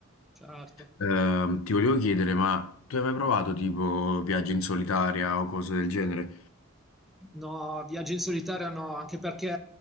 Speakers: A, in the centre; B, on the left.
A: Certo.
B: Ehm, ti volevo chiedere, ma tu hai mai provato tipo viaggi in solitaria o cose del genere?
A: No, viaggi in solitaria no, anche perché,